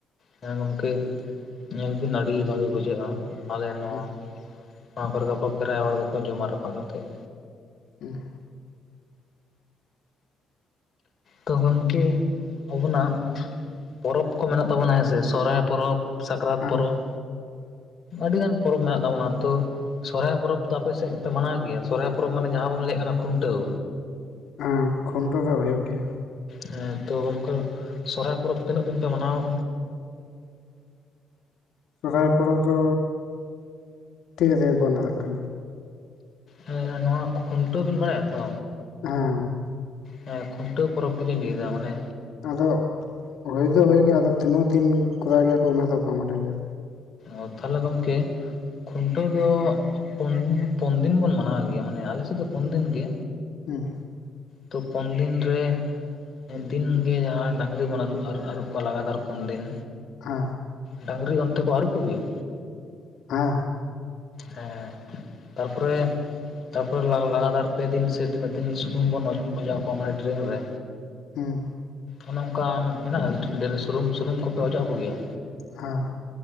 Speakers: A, on the left; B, on the left.
A: ᱦᱮᱸ ᱜᱚᱢᱠᱮ ᱧᱮᱞ ᱵᱤᱱ ᱟᱹᱰᱤ ᱵᱷᱟᱜᱤ ᱵᱩᱡᱷᱟᱹᱜ-ᱟ᱾ ᱟᱞᱮ ᱱᱚᱣᱟ
B: ᱦᱮᱸ
A: ᱱᱚᱣᱟ ᱠᱚᱨᱮ ᱫᱚᱠᱚ ᱯᱮᱨᱟᱭ ᱦᱚᱲ ᱜᱮᱠᱚ ᱡᱚᱢᱟ ᱨᱟᱯᱵ ᱠᱟᱛᱮᱫ᱾
B: ᱦᱩᱸ᱾
A: ᱛᱚ ᱜᱚᱢᱠᱮ ᱟᱵᱚᱱᱟᱜ ᱯᱚᱨᱚᱵᱽ ᱠᱚ ᱢᱮᱱᱟᱜ ᱛᱟᱵᱚᱱᱟ ᱦᱮᱸᱥᱮ ᱥᱚᱨᱦᱟᱭ ᱯᱚᱨᱚᱵᱽ, ᱥᱟᱠᱨᱟᱛ
B: ᱦᱮᱸ
A: ᱯᱚᱨᱚᱵᱽ᱾ ᱟᱹᱰᱤᱜᱟᱱ ᱯᱚᱨᱚᱵᱽ ᱢᱮᱱᱟᱜ ᱛᱟᱵᱚᱱᱟ ᱛᱚ ᱥᱚᱨᱦᱟᱭ ᱫᱚ ᱟᱯᱮ ᱥᱮᱫ ᱯᱮ ᱢᱟᱱᱟᱣ ᱜᱮᱭᱟ᱾ ᱥᱚᱨᱦᱟᱭ ᱯᱚᱨᱚᱵᱽ ᱢᱟᱱᱮ ᱡᱟᱦᱟᱸ ᱵᱚᱱ ᱞᱟᱹᱭᱮᱫ ᱠᱟᱱᱟ ᱠᱷᱩᱱᱴᱟᱹᱣ᱾
B: ᱦᱮᱸ ᱠᱷᱩᱱᱴᱟᱹᱣ ᱫᱚ ᱦᱚᱭᱩᱜ ᱜᱮᱭᱟ᱾
A: ᱦᱮᱸ ᱛᱚ ᱜᱚᱢᱠᱮ ᱥᱦᱨᱟᱭ ᱯᱚᱨᱚᱵᱽ ᱛᱤᱱᱟᱹᱜ ᱫᱤᱱ ᱯᱮ ᱢᱟᱱᱟᱣᱟ?
B: ᱥᱚᱦᱨᱟᱭ ᱯᱚᱨᱚᱵᱽ ᱫᱚ ᱴᱷᱤᱠ ᱟᱛᱮᱜᱮ ᱵᱟᱹᱱ ᱫᱟᱲᱮᱜ ᱠᱟᱱᱟ᱾
A: ᱦᱮᱸ ᱱᱚᱣᱟ ᱠᱷᱩᱱᱴᱟᱹᱣ ᱵᱮᱤᱱ ᱵᱟᱲᱟᱭᱟ ᱛᱚ?
B: ᱦᱮᱸ᱾
A: ᱦᱮᱸ ᱠᱷᱩᱱᱴᱟᱹᱣ ᱯᱚᱨᱚᱵᱽ ᱜᱮᱞᱤᱧ ᱞᱟᱹᱭᱮᱫᱟ ᱢᱟᱱᱮ
B: ᱟᱫᱚ ᱦᱩᱭ ᱫᱚ ᱦᱩᱭᱩᱜ ᱜᱮᱭᱟ ᱟᱫᱚ ᱛᱤᱱᱟᱹᱜ ᱫᱤᱱ ᱠᱚᱨᱟᱣ ᱜᱮᱭᱟ ᱠᱚ ᱚᱱᱟ ᱫᱚ ᱵᱟᱝ ᱵᱟᱰᱟᱭ ᱜᱮᱭᱟ᱾
A: ᱚ ᱛᱟᱦᱚᱞᱮ ᱜᱚᱢᱠᱮ ᱠᱷᱩᱱᱴᱟᱹᱣ ᱫᱚ ᱯᱩᱱ ᱯᱩᱱ ᱫᱤᱱ ᱵᱚᱱ ᱢᱟᱱᱟᱣ ᱜᱮᱭᱟ ᱢᱟᱱᱮ ᱟᱞᱮᱥᱮᱫ ᱫᱚ ᱯᱩᱱ ᱫᱤᱱ ᱜᱮ᱾
B: ᱦᱮᱸ᱾
A: ᱛᱚ ᱯᱚᱱ ᱫᱤᱱ ᱨᱮ ᱫᱤᱱᱜᱮ ᱡᱟᱦᱟᱸ ᱰᱟᱹᱟᱝᱨᱤ ᱵᱚᱱ ᱟᱨᱩᱵ ᱟᱨᱩ ᱟᱹᱨᱩᱵ ᱠᱚᱣᱟ ᱞᱟᱜᱟᱛᱟᱨ ᱯᱩᱱ ᱫᱤᱱ᱾
B: ᱟ᱾
A: ᱰᱟᱝᱨᱤ ᱚᱱᱛᱮ ᱠᱚ ᱟᱹᱨᱩᱵ ᱠᱚᱜᱮᱭᱟ?
B: ᱦᱮᱸ᱾
A: ᱦᱮᱸ ᱛᱟᱨᱯᱚᱨᱮ ᱛᱟᱨᱯᱚᱨᱮ ᱞᱥᱜ-ᱞᱟᱜᱟᱛᱟᱨ ᱯᱮ ᱫᱤᱱ ᱥᱮ ᱛᱤᱱᱟᱹᱜ ᱫᱤᱱ ᱥᱩᱱᱩᱢ ᱵᱚᱱ ᱚᱡᱽ-ᱚᱡᱚᱜ ᱟᱠᱚᱣᱟ ᱢᱟᱱᱮ ᱰᱨᱮᱧ ᱨᱮ᱾
B: ᱦᱩᱸ᱾
A: ᱚᱱᱮ ᱚᱱᱠᱟ ᱢᱮᱱᱟᱜ-ᱟ <unintelligible> ᱥᱩᱱᱩᱢ ᱥᱩᱱᱩᱢ ᱠᱚᱯᱮ ᱚᱡᱚᱜ ᱠᱚᱜᱮᱭᱟ?
B: ᱦᱮᱸ᱾